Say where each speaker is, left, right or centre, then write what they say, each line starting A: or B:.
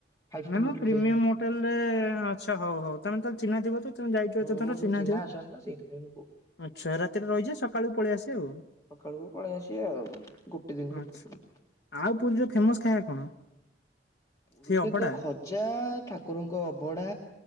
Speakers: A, on the left; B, on the left.
A: ଫାଇଭ୍ ଷ୍ଟାର
B: ନାଇଁ ମୋ
A: ହୋଟେଲ
B: ପ୍ରିମିୟମ
A: ଟାଇପର।
B: ହୋଟେଲ ରେ ଆଛା ହଉ ହଉ ତମେ ତାହେଲେ ଚିହ୍ନାଥିବ ତ? ତମେ ଯାଇଛ
A: ହୁଁ
B: ଏତଥର
A: ମୋର ସବୁ
B: ଚିହ୍ନା ଥିବ
A: ଅଛନ୍ତି ନା ସେଇଥିପାଇଁ ମୁଁ କହୁଥିଲି।
B: ଆଚ୍ଛା ରାତିରେ ରହିଯିବା ସକାଳୁ ପଳେଇ ଆସିବ ଆଉ।
A: ସକାଳକୁ ପଳେଇ ଆସିବା ଆଉ ଗୋଟେ ଦିନ
B: ଆଚ୍ଛା
A: କଥା ତ।
B: ଆଉ ପୁରି ର ଫେମସ ଖାଇବା କଣ?
A: ପୁରୀରେ
B: ସେ ଅଭଡା
A: ତ ଖ ଯେଏ ଠାକୁରଙ୍କ ଅବଢା